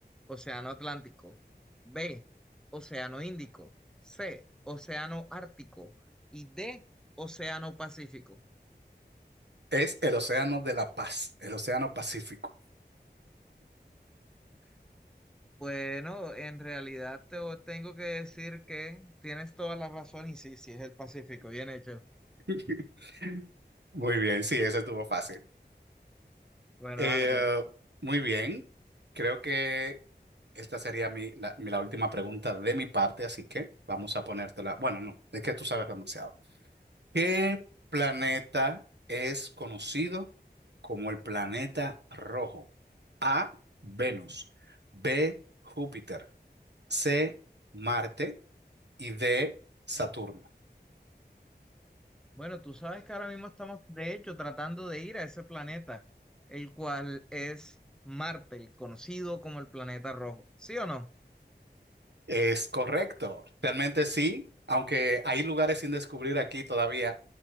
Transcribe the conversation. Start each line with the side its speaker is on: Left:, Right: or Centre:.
Centre: Océano Atlántico. B, Océano Índico. C, Océano Ártico. Y D, Océano Pacífico.
Right: Es el Océano de la Paz, el Océano Pacífico.
Centre: Bueno, en realidad te o- tengo que decir que tienes toda la razón y sí, sí es el Pacífico, bien hecho.
Right: <laughs> Muy bien, sí, ese estuvo fácil.
Centre: Bueno,
Right: Eh,
Centre: dale pues.
Right: muy bien, creo que Esta sería mi, la, mi- la última pregunta de mi parte, así que vamos a ponértela. Bueno, no, es que tú sabes demasiado. ¿Qué planeta es conocido como el planeta rojo? A, Venus, B, Júpiter, C, Marte y D, Saturno.
Centre: Bueno, tú sabes que ahora mismo estamos, de hecho, tratando de ir a ese planeta, el cual es Marte, el conocido como el planeta rojo. ¿Sí o no?
Right: Es correcto, realmente sí, aunque hay lugares sin descubrir aquí todavía